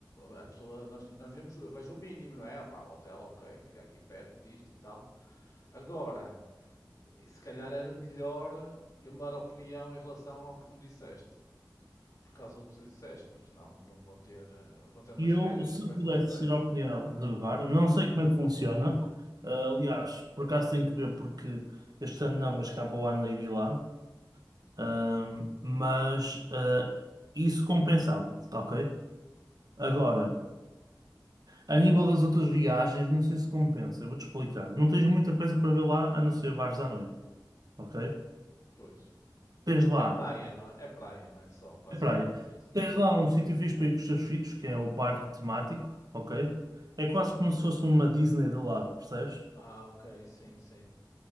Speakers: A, on the left; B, on the right.
A: A pessoa, nós, nós vemos, eu vejo o mínimo, não é? Pá, o hotel, ok, fica aqui perto disto e tal. Agora, se calhar era melhor eu mudar a opinião em relação ao que tu me disseste por causa do que tu disseste, porque senão não vou ter, eh, vou ter umas
B: E eu,
A: férias
B: se
A: que vai
B: pudesse
A: ser um stress.
B: ter a oportunidade de reservar, não sei como é que funciona. Ah, aliás, por acaso tenho que ver porque este ano não, mas cá para o ano hei de ir lá. Ahm, mas ah, isso compensava-te, ok? Agora, a nível das outras viagens, não sei se compensa, eu vou-te explicar. Não tens muita coisa para ver lá, a não ser bares à noite, ok?
A: Pois.
B: Tens lá
A: É praia, não é? É praia, não é só, basicamente
B: a praia.
A: isso.
B: Tens lá um sítio fixe para ir com os teus filhos, que é o parque temático, ok? É quase como se fosse uma Disney de lá, percebes?
A: Ah, ok, sim, sim.